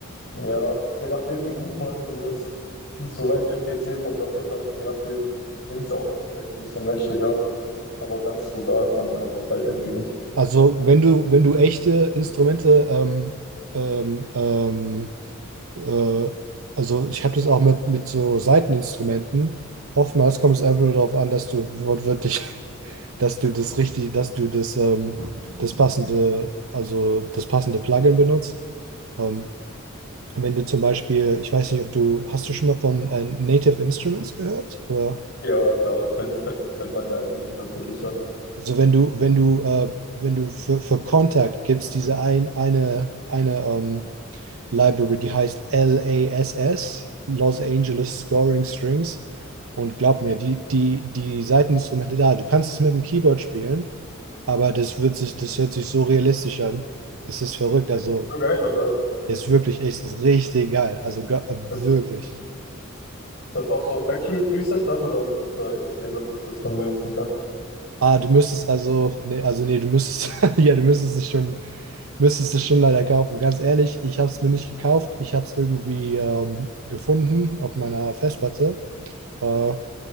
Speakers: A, on the left (about 50°); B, on the right (about 80°).
A: Ja, je nachdem, wie gut man dieses Instrument im PC programmiert hat, je nachdem klingt es auch vielleicht ein bisschen menschlicher. Aber ganz so da dran kommt es halt irgendwie nicht.
B: Also wenn du, wenn du echte Instrumente, ähm, ähm, ähm, äh, also ich habe das auch mit, mit so Saiteninstrumenten. Oftmals kommt es einfach nur darauf an, dass du wortwörtlich, <laughs> dass du das richtig, dass du das, ähm, das passende, also das passende Plugin benutzt. Ähm, wenn du zum Beispiel, ich weiß nicht, ob du, hast du schon mal von äh, Native Instruments gehört? Oder?
A: Ja, klar, das kennt, kennt, kennt man ja eigentlich unter Producern.
B: Also wenn du, wenn du, äh, wenn du für, für Kontakt gibst, diese ein, eine, eine ähm, Library, die heißt LASS, Los Angeles Scoring Strings. Und glaub mir, die, die, die Saiteninstrumente da, du kannst es mit dem Keyboard spielen, aber das wird sich, das hört sich so realistisch an. Das ist verrückt.
A: Echt?
B: Also
A: So geil, oder?
B: ist wirklich, ist richtig geil. Also ge- wirklich.
A: Das Ist das auch so Factory Preset dann oder muss ich da investieren, dass ich das dann benutzen kann?
B: Ah, du müsstest also, nee, also nee, du müsstest, <laughs> ja, du müsstest es schon, müsstest es schon leider kaufen. Ganz ehrlich, ich habe es mir nicht gekauft. Ich habe es irgendwie ähm, gefunden auf meiner Festplatte. Äh,